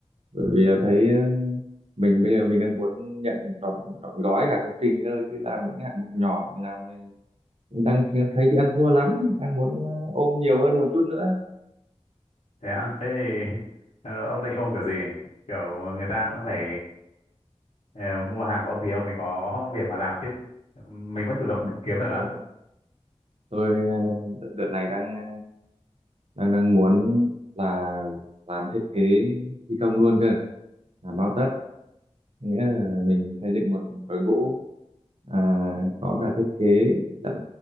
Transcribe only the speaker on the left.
thế á thế thì <laughs> ờ, ông định ôm kiểu gì kiểu người ta cũng phải ờ, mua hàng của ông thì ông mới có <laughs> việc mà làm chứ mình vẫn chủ động
tự kiếm được
á